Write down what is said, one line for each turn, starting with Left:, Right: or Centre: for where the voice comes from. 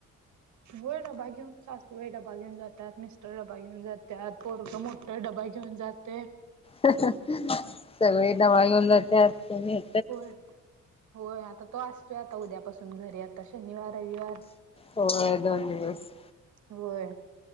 Right: व्हय डब्बा घेऊन सासूबाई डब्बा घेऊन जात्यात मिस्टर डब्बा घेऊन जात्यात. पोरग मोठा डब्बा घेऊन जातय.
Left: सगळे डब्बा घऊन जात्यात कणी.
Right: होय होय आता तो असतोय आता उद्यापासून घरी आता शनिवार रविवार.
Left: होय दोन दिवस
Right: होय